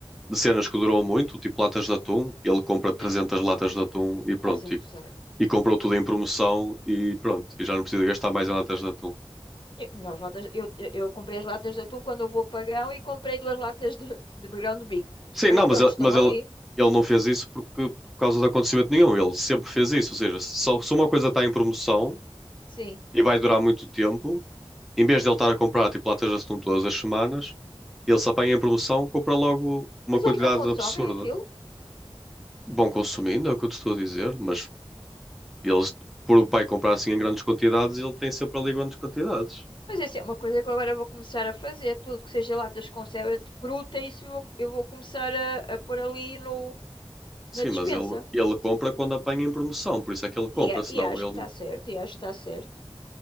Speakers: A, in the centre; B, on the left (about 55°).
A: de cenas que duram muito, tipo latas de atum, ele compra 300
B: Sim,
A: latas de atum e pronto.
B: estás a
A: E,
B: coçar.
A: e comprou tudo em promoção e pronto. E já não precisa gastar mais em latas de atum.
B: E- Nós latas, eu, eu, eu comprei as latas de atum quando eu vou a Pagão e comprei duas latas de, de grão de bico.
A: Sim,
B: Mas
A: não,
B: pronto,
A: mas ele,
B: estão
A: mas ele,
B: ali.
A: ele não fez isso porque, por causa de acontecimento nenhum. Ele sempre fez isso. Ou seja, se só, se uma coisa está em promoção
B: Sim.
A: e vai durar muito tempo, em vez de ele estar a comprar tipo latas de atum todas as semanas, ele se apanha em promoção, compra logo uma
B: Mas
A: quantidade
B: eles não consomem
A: absurda.
B: aquilo?
A: Bom consumindo, é o que eu te estou a dizer, mas eles, por o pai comprar assim em grandes quantidades, ele tem sempre ali grandes quantidades.
B: Mas isso é uma coisa que eu agora vou começar a fazer. é Tudo que seja latas com conserva de fruta, isso eu vou, eu vou começar a, a pôr ali no,
A: Sim,
B: na despensa.
A: mas ele, ele compra quando apanha em promoção, por isso é que ele compra,
B: E, é-
A: senão
B: e acho
A: ele.
B: que está certo, e acho que está certo.